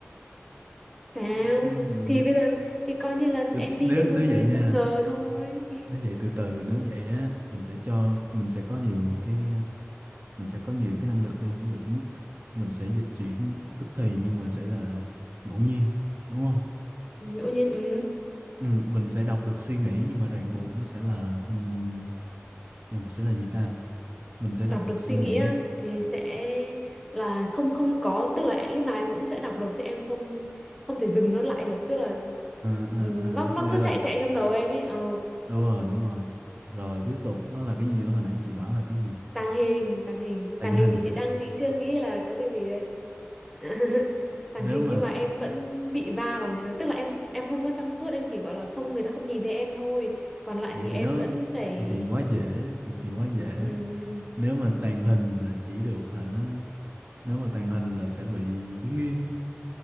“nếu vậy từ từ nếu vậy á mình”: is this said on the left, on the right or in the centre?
Right